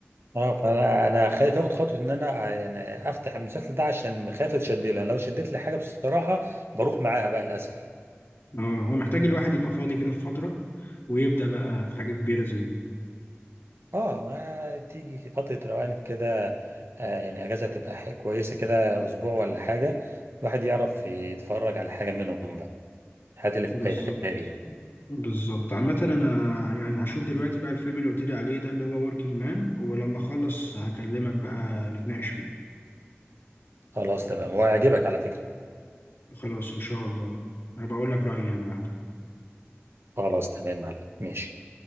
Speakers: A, on the right (about 65°); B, on the left (about 55°).
A: اه فانا انا خايف اخد خطوه ان انا آه، يعني افتح المسلسل ده عشان خايف اتشد له يعني لو شدت لي حاجه بصراحه بروح معاها بقى للاسف
B: اه هو محتاج الواحد يبقى فاضي كده في فترة ويبدأ بقى في حاجة كبيرة زي دي
A: اه آه، تيجي فتره روقان كده آه، يعني اجازه تبقى ح- كويسه كده اسبوع ولا حاجه الواحد يعرف يتفرج على حاجه منهم بقى هات اللي فايتها
B: بالظبط
A: لي يعني
B: بالظبط عامة أنا يعني هشوف دلوقتي بقى الفيلم اللي قلت لي عليه ده اللي هو وركينج مان ولما أخلص هكلمك بقى نتناقش فيه
A: خلاص تمام وهيعجبك على فكره
B: خلاص إن شاء الله هبقى أقول لك رأيي يعني بعدها
A: خلاص تمام يا معلم ماشي